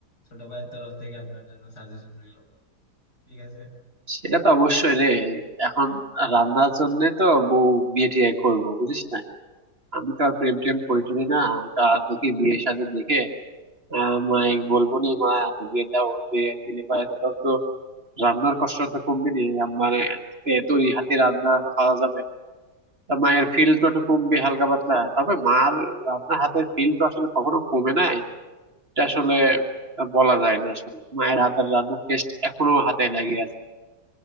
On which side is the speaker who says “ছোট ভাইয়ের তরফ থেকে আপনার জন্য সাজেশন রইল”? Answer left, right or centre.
Left